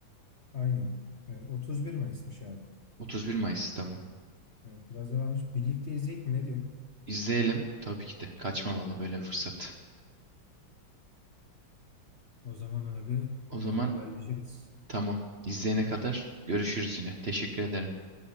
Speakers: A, on the left (about 45°); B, on the right (about 40°).
A: Aynen. Ee, 31 Mayıs'mış abi.
B: Otuz bir Mayıs tamam.
A: Evet, biraz da varmış. Birlikte izleyecek mi? Ne diyorsun?
B: İzleyelim tabii ki de kaçmamalı böyle bir fırsat.
A: O zaman abi
B: O
A: e,
B: zaman
A: haberleşiriz.
B: tamam. İzleyene kadar görüşürüz yine. Teşekkür ederim.